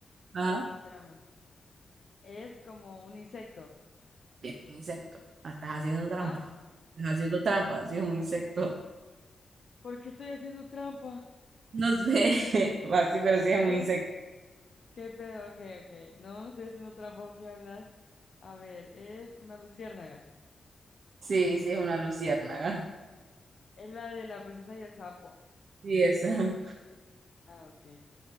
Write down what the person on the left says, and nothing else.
espérame, espérame. Es como un insecto.
¿Ah?
¿Por qué estoy haciendo trampa?
¿Qué?
¿Qué pedo? Ok, ok. No, no estoy haciendo trampa, ¿qué hablas? A ver, es una luciérnaga.
Es la de la princesa y el sapo.
Ah, ok.